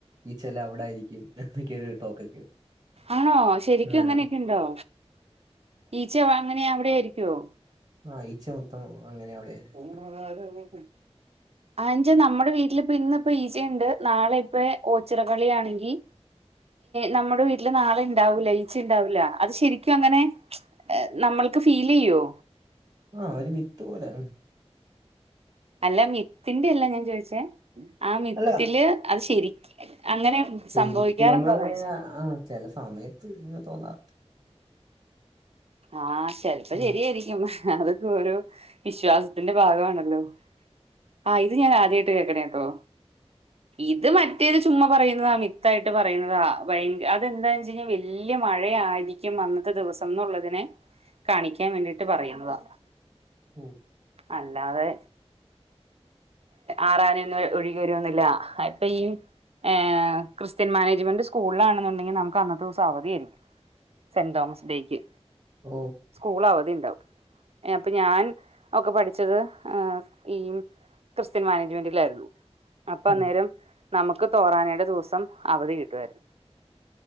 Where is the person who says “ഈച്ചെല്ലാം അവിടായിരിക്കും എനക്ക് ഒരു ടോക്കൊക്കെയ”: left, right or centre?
Right